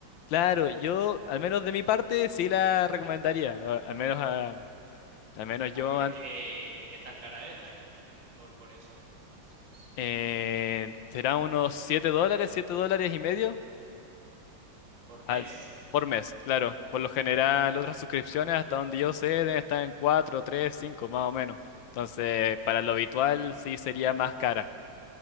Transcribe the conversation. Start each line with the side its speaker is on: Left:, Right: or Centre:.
Left: claro, yo, al menos de mi parte, sí la recomendaría, a- al menos a... Al menos
Right: A
Left: yo
Right: ver qué, qué tan cara es, por, por, por eso dices,
Left: Eh, será unos 7 dólares, 7 dólares y medio
Right: por
Left: al-
Right: mes.
Left: por mes, claro. Por lo general, otras suscripciones, hasta donde yo sé, deben estar en 4, 3, 5 más o menos. Entonces, para lo habitual, sí sería más cara.